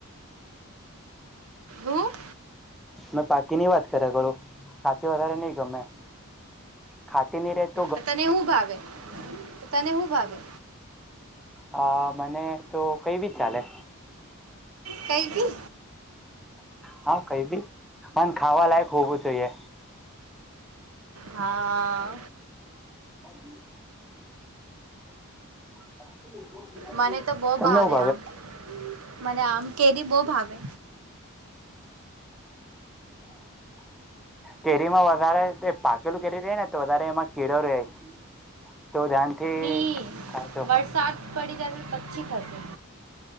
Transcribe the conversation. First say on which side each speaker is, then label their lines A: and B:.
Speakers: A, on the right; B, in the centre.
A: હું
B: મેં પાકીની વાત કર્યા કરળું ખાચ વધારે નહી ગમે ખાટી નની રેતી
A: તો તને હું ભાવે. તને હું ભાગે?
B: હ મને તો કઈ રીત ચાલે?
A: કઈ ભી.
B: હા કઈ દી પણ ખાવા લયક હોવું જોઈએ.
A: હા
B: હ <inaudible>
A: મને તો બહ
B: તમને
A: ભાવે
B: હું
A: આમ મને આમ. કેરી બહુ ભાવે.
B: કેરીમાં વધારે પાકેલું કેરી થાય ને તો વધારે એમાં કીળો રાય તો ધ્યાનથી.
A: ની
B: ખાજો
A: વરસાદ પડી જ ઠીકશે.